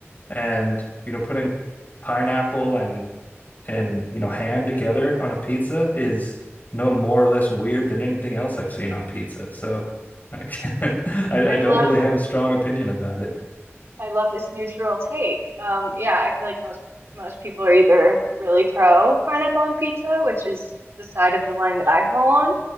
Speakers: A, on the left; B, on the right.
A: and, you know, putting pineapple and, and, you know, ham together on a pizza is no more or less weird than anything else I've seen on pizza. So <laughs> I, I
B: I
A: don't
B: love
A: really have a strong opinion about it.
B: I love this neutral take. Um, yeah, I feel like most most people are either really pro pineapple on pizza, which is the side of the line that I fall on,